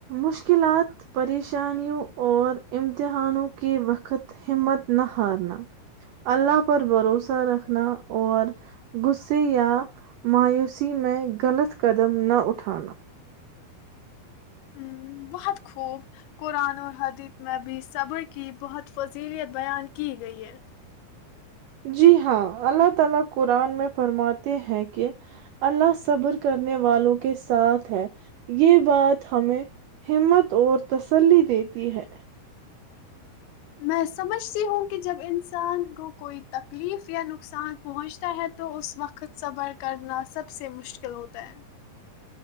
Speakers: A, on the right (about 85°); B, on the left (about 80°).
A: مشکلات پریشانیوں اور امتحانوں کے وقت ہمت نہ ہارنا اللہ پر بھروسہ رکھنا اور غصے یا مایوسی میں غلط قدم نہ اٹھانا
B: ا بہت خوب قرآن اور حدیت میں بھی صبر کی بہت فضیلیت بیان کی گئی ہے
A: جی ہاں اللہ تعالی قرآن میں فرماتے ہیں کہ اللہ صبر کرنے والوں کے ساتھ ہے یہ بات ہمیں ہمت اور تسلی دیتی ہے
B: میں سمجھتی ہوں کہ جب انسان کو کوئی تکلیف یا نقصان پہنچتا ہے تو اس وقت صبر کرنا سب سے مشکل ہوتا ہے